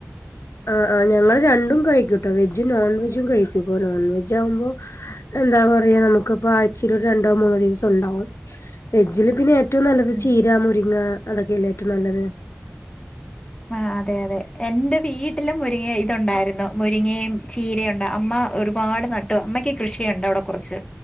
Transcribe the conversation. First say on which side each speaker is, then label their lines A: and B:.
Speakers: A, on the left; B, on the left.
A: ആഹ് ആഹ് ഞങ്ങൾ രണ്ടും കഴിക്കൂട്ടോ വെജും നോൺ വെജും കഴിക്കൂപ്പനോൺ വെജാവുമ്പോ എന്താ പറയാ നമുക്കിപ്പ ആഴ്‌ചേലൊരു രണ്ടോ മൂന്നോ ദിവസം ഉണ്ടാവും വെജില് പിന്നെ ഏറ്റോം നല്ലത്
B: ഉം
A: ചീര മുരിങ്ങ അതൊക്കെയല്ലേ ഏറ്റോം നല്ലത്
B: ആഹ് അതെ അതെ എന്റെ വീട്ടിലും മുരിങ്ങയിതുണ്ടായിരുന്നു മുരിങ്ങയും ചീരയുണ്ട് അമ്മ ഒരുപാട് നട്ടു അമ്മക്ക് കൃഷിയുണ്ട് അവിടെ കുറച്ച്